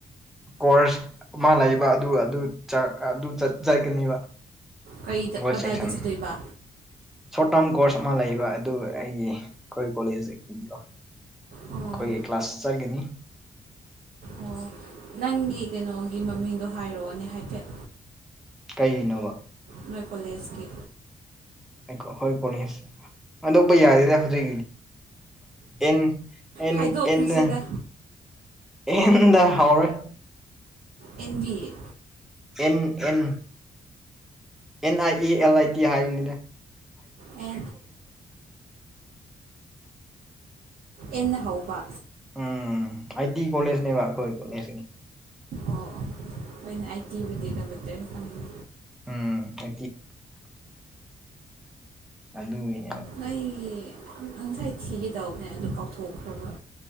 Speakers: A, in the centre; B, on the right (about 85°).
A: ꯀꯣꯔꯁ ꯑꯃ ꯂꯩꯕ ꯑꯗꯨ ꯑꯗꯨ ꯑꯗꯨ ꯆꯠꯀꯅꯤꯕ
B: ꯀꯩꯗ
A: ꯋꯥꯔꯜ
B: ꯀꯗꯥꯏꯗ
A: ꯁꯦꯛꯁꯟ
B: ꯆꯠꯇꯣꯏꯕ
A: ꯁꯣꯔꯠ ꯇꯥꯔꯝ ꯀꯣꯔꯁ ꯑꯃ ꯂꯩꯕ ꯑꯗꯨ ꯑꯩꯒꯤ ꯑꯩꯈꯣꯏ ꯀꯣꯂꯦꯖꯒꯤꯀꯣ
B: ꯑꯣ
A: ꯑꯩꯈꯣꯏꯒꯤ ꯀ꯭ꯂꯥꯁ ꯆꯠ ꯆꯒꯅꯤ
B: ꯑꯣ ꯅꯪꯒꯤ ꯀꯩꯅꯣꯒꯤ ꯃꯃꯤꯡꯗꯣ ꯍꯥꯏꯔꯛꯑꯣꯅꯦ ꯍꯥꯏꯐꯦꯠ
A: ꯀꯅꯣꯕ
B: ꯃꯣꯏ ꯀꯣꯂꯦꯖꯀꯤ
A: ꯎ ꯍꯣꯏ ꯀꯣꯦꯁ ꯑꯗꯣꯞꯄ ꯌꯥꯔꯤ ꯍꯧꯗꯤ ꯑꯦꯟ ꯑꯦ
B: ꯍꯥꯏꯗꯣꯛꯈ꯭ꯔꯁꯤꯗ
A: ꯑꯦꯟꯅ ꯍꯟꯗ ꯍꯥꯎꯔꯦ
B: N B A
A: N N N I A L I T ꯍꯥꯏꯕꯅꯤꯅꯦ
B: ꯑꯦ ꯏꯟꯅ ꯍꯧꯕ
A: ꯎꯝ ꯑꯥꯏ ꯇꯤ ꯀꯣꯂꯦꯖꯅꯦꯕ ꯑꯩꯈꯣꯏ ꯀꯣꯂꯦꯖꯀꯤꯅꯤ
B: ꯑꯣ ꯑꯣ ꯍꯅꯦ ꯑꯥꯏ ꯇꯤꯕꯨꯗꯤ ꯀꯝꯄ꯭ꯌꯨꯇꯔ ꯐꯪꯏ
A: ꯎꯝ ꯀ ꯑꯗꯨꯕꯨꯉꯦ
B: ꯑꯩ ꯉꯁꯥꯏ ꯊꯤꯒꯦ ꯇꯧꯕꯅꯦ ꯑꯗꯨ ꯀꯥꯎꯊꯣꯛꯈ꯭ꯔꯕ